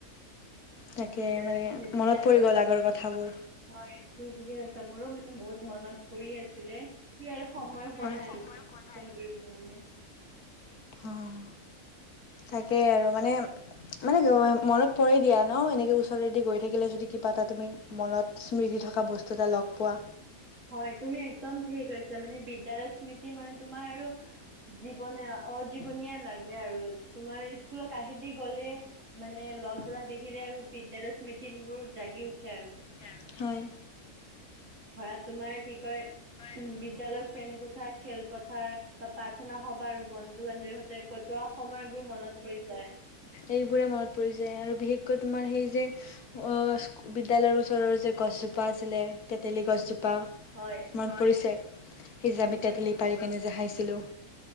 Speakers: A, on the left; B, on the right.
A: তাকে
B: বিদ্যালয়ৰ
A: মানে
B: স্মৃতি
A: মনত পৰি
B: কথা
A: গ'ল
B: ভাবি।
A: আগৰ কথাবোৰ
B: হয়, তুমি ঠিকে কৈছা। মোৰো মানে বহুত মনত পৰি আছিলে। এতিয়া আৰু সময় হোৱা
A: হয়
B: নাই
A: সময়
B: আৰু ফোন
A: পোৱা নাই
B: কৰিব মানে।
A: অঁ! তাকেই আৰু মানে মানে মনত পৰে দিয়া ন এনেকে ওচৰৰেদি গৈ থাকিলে যদি কিবা এটা তুমি মনত স্মৃতি থকা বস্তু এটা লগ পোৱা।
B: হয়, তুমি একদম ঠিকে কৈছা। মানে বিদ্যালয় স্মৃতি মানে তোমাৰ আৰু জীৱনে অ জীৱনীয়া লাগে আৰু। তোমাৰ স্কুলৰ কাষেদি গ'লে মানে লগবিলাক দেখিলে আৰু বিদ্যালয় স্মৃতিবোৰ জাগি উঠে আৰু।
A: <unintelligible> হয়।
B: ভৰাত তোমাৰ কি কয় <unintelligible>
A: উম,
B: বিদ্যালয়ৰ শ্ৰেণী কোঠা, খেলপথাৰ বা প্ৰাৰ্থনা সবাহৰ হয় আৰু বন্ধু-বান্ধৱী তাতে কটোৱা সময়বোৰ মনত পৰি যায়।
A: এইবোৰে মনত পৰি যায় আৰু বিশেষকৈ তোমাৰ সেই যে অঁ! বিদ্যালয়ৰ ওচৰৰ যে গছজোপা আছিলে তেতেলী গছজোপা।
B: হয়
A: মনত পৰিছে, সি
B: মনত
A: জে আমি
B: পৰিছে
A: তেতেলি পাৰি কেনে যে খাইছিলোঁ।